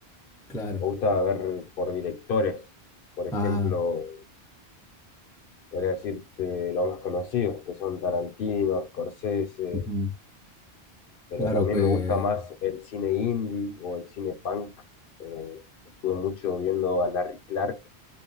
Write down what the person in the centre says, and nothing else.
Claro.
Ah,
ujú.
Claro
que...